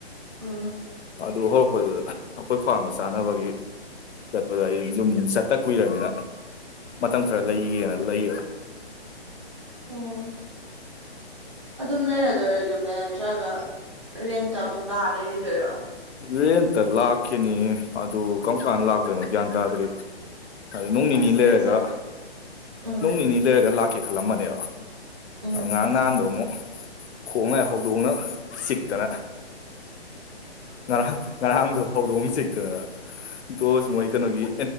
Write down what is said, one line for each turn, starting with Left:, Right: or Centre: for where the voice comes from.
Right: ꯎꯝ
Left: ꯑꯗꫭ ꯑꯗꯨ ꯍꯧꯔꯛꯄꯗꯨꯗ ꯑꯩꯈꯣꯏꯒꯤ ꯐꯥꯔꯝꯗ ꯆꯥꯅꯕꯒꯤ ꯆꯠꯄꯗꯨꯗ ꯑꯩ ꯌꯨꯝ ꯈꯠꯇꯥ ꯀꯨꯏꯔꯕꯃꯤꯅ ꯃꯇꯝ ꯈꯔ ꯂꯩꯒꯦꯅꯥ ꯂꯩꯕꯥ
Right: ꯑꯣ ꯑꫭ ꯑꯗꯨꯝ ꯂꯩꯔꯗꯥꯔꫭ ꯅꯠꯇ꯭ꯔꯒ ꯔꯦꯟꯇ ꯑꯃꯨꯛ ꯂꯥꯛꯑꯥꯒ ꯂꯩꯔꯤꯗꯣꯏꯔꯣ
Left: ꯔꯦꯟꯇꯥ ꯂꯥꯛꯈꯤꯅꯤ ꯑꯗꯨ ꯀꯔꯝ ꯀꯥꯟꯗ ꯂꯥꯛꯇꯣꯏꯅꯣ ꯒ꯭ꯌꯥꯟ ꯇꯥꯗ꯭ꯔꯤ꯫ ꯑꯗꯨ ꯅꯣꯡ ꯅꯤꯅꯤ
Right: ꯑꯁ
Left: ꯂꯩꯔꯒ
Right: ꯑꯦꯛꯖꯥ ꯎꯝ
Left: ꯅꯣꯡ ꯅꯤꯅꯤ ꯂꯩꯔꯒ ꯂꯥꯛꯀꯦ ꯈꯜꯂꯝꯕꯅꯤ꯫
Right: ꯎꯝ
Left: ꯉꯥꯂꯥꯡ ꯅꯥꯍꯥꯟꯗꯨ ꯑꯃꯨꯛ ꯈꯣꯡꯉꯥꯏꯗ ꯍꯧꯗꯣꯡꯅ ꯆꯤꯛꯇꯅꯥ ꯉꯔꯥꯡ ꯉꯔꯥꯡꯗꯨ ꯍꯥꯎꯗꫭꯡ ꯅꯥ ꯆꯤꯛꯛꯇꯗ ꯗꯣꯁ ꯃꯣꯏ ꯀꯩꯅꯣꯒꯤꯇ